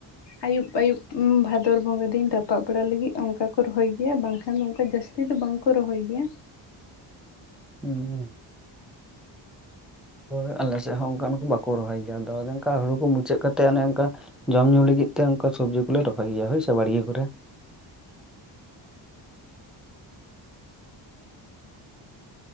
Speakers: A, on the left; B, in the centre.
A: ᱟᱭᱩᱵ ᱟᱭᱩᱵ ᱵᱷᱟᱫᱚᱨ ᱵᱚᱸᱜᱟ ᱫᱤᱱ ᱨᱟᱯᱟᱜ ᱵᱟᱲᱟ ᱞᱟᱜᱤᱫ ᱚᱱᱠᱟ ᱠᱚ ᱨᱚᱦᱚᱭ ᱜᱮᱭᱟ᱾ ᱵᱟᱝᱠᱷᱟᱱ ᱫᱚ ᱚᱱᱠᱟ ᱡᱟᱥ ᱡᱟᱥᱛᱤ ᱫᱚ ᱵᱟᱝ ᱠᱚ ᱨᱚᱦᱚᱭ ᱜᱮᱭᱟ᱾
B: <inaudible> ᱟᱞᱮ ᱥᱮᱫ ᱦᱚᱸ ᱚᱱᱠᱟᱱ ᱵᱟᱠᱚ ᱨᱚᱦᱚᱭ ᱜᱮᱭᱟ᱾ ᱟᱫᱚ ᱚᱱᱮ ᱚᱱᱠᱟ ᱦᱩᱲᱩ ᱠᱚ ᱢᱩᱪᱟᱹᱫ ᱠᱟᱛᱮ ᱚᱱᱮ ᱚᱱᱠᱟ ᱡᱚᱢ ᱧᱩ ᱞᱟᱹᱜᱤᱫ ᱛᱮ ᱚᱱᱠᱟ ᱥᱚᱵᱽᱡᱤ ᱠᱚᱞᱮ ᱨᱚᱦᱚᱭ ᱜᱮᱭᱟ ᱦᱳᱭᱥᱮ ᱵᱟᱲᱜᱮ ᱠᱚᱨᱮ᱾ <inaudible>